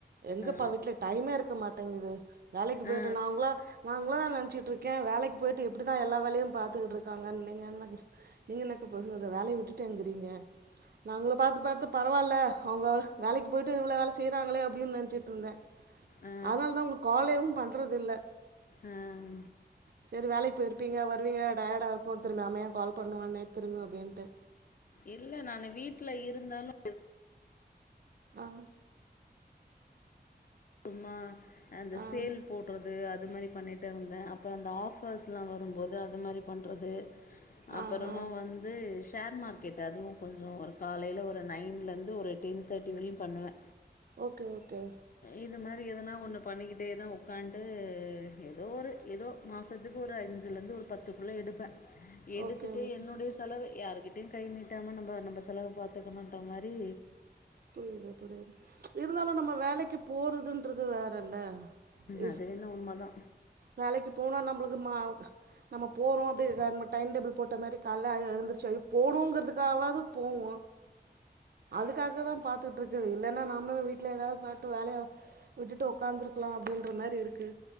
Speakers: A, on the right; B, on the left.
A: எங்கப்பா
B: ஆ
A: வீட்ல டைமே இருக்க மாட்டேங்குது வேலைக்கு போயிட்டு
B: ஆ
A: நா அவுங்ள நா ஒங்கள தா நெனச்சிட்டுருக்கே வேலைக்கு போயிட்டு எப்டிதா எல்லா வேலையு பாத்துக்கட்ருக்காங்கன் நீங்க என்னங்க நீங்க என்ன இப்ப <unintelligible> வேலய விட்டுட்டேன்ங்கிறீங்க நா உங்கள பாத்து பாத்து பரவால்ல அவுங்க வேலைக்கு போயிட்டு இவ்ளோ வேல செய்கிறாங்களே அப்டின்னு நெனச்சிட்ருந்தேன்
B: ஆ
A: அதனால தா உங்களுக்கு காலே வும் பண்றது இல்ல
B: அ ம்
A: சரி வேலைக்கு போயிருப்பீங்க வருவீங்க டயர்டாக இருக்கும் திரும்ப நம்ம யேன் கால் பண்ணுவான்னே திரும்பவும் அப்படீன்ட்டு
B: இல்லை நான் வீட்ல இருந்தாலும்
A: ஆ
B: சும்மா அந்த
A: ஆ
B: சேல் போடுறது அது மாரி பண்ணிட்டே இருந்தே அ அப்றோம் அந்த ஆஃபர்ஸ்லா வரும்போது அது மாரி பண்றது அப்றமா
A: ஆ ஆ
B: வந்து ஷேர் மார்கெ கெட் அதுவும் கொஞ்ச ஒரு காலையில ஒரு நைன்லேருந்து ஒரு டென் தேர்ட்டி வரையு பண்ணுவே
A: ஓகே ஓகே
B: இது மாரி எதனா ஒன்னு பண்ணிட்டே தா உட்கான்டு ஏதோ ஒரு ஏதோ மாசத்துக்கு ஒரு அஞ்சுலருந்து ஒரு பத்துக்குள்ள எடுப்பே எடுத்துட்டு
A: ஓகே ஓகே
B: என்னுடைய செ செலவு யாருக்கிட்டையு கை நீட்டாம நம்ம நம்ம செலவ பாத்துக்கணுன்ற மாரி
A: புரிது புரிது இருந்தாலு நம்ம வேலைக்கு போறதுன்றது வேறல்ல இஃப்
B: அதுவேனா உண்மதா
A: வேலைக்கு போனா நம்ளுக்கு மா நம்ம போறோ அப்டி ரெ டைம் டேபிள் போட்ட மாரி காலயில்ய எழுந்துருச்சு ஐ போணுங்கறதுக்காவது போவோ அதுக்காக தா பாத்துட்டு இருக்குது இல்லைன்னா நாமளு வீட்ல ஏதாவது பாட்டு வேலைய விட்டுட்டு உட்காந்துருக்கலாம் அப்டின்ற மாதிரி இருக்கு